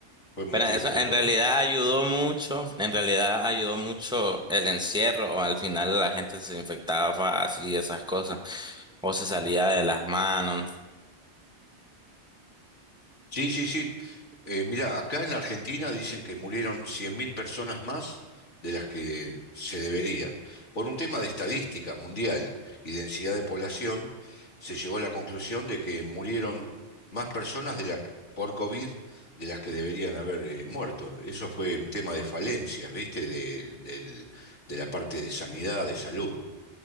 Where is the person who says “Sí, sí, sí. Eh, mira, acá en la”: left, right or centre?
Left